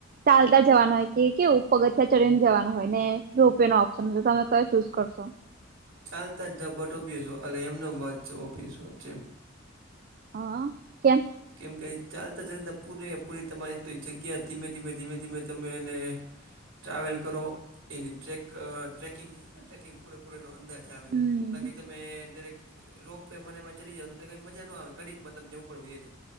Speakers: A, on the right; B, on the right.
A: ચાલતા જવાનું હોય કે કેવું પગથિયા ચડીને જવાનું હોય ને રોપવેનો ઓપ્શન તમે કયો ચૂઝ કરશો?
B: ચાલતા જ ધબોટોપીશુ અલે એમનો વાત છે ઓપીસો છે એમ
A: હ, કેમ?
B: કેમ કે ચાલતા ચાલતા પૂરે પૂરી તમારે એક તો જગ્યા ધીમે ધીમે ધીમે ધીમે તમે એને ટ્રાવેલ કરો એની ચેક ચેકિંગ કેને ચેકિંગ પૂરેપૂરો એનો અંદાજ જ આવે
A: હમ
B: બાકી તમે ડાયરેક રોપવેમા ને એમા ચરી જાવ તો ત્યા કાઈ મજા નો આવે ઘડીકમાં તમને ઉપર વયા જાય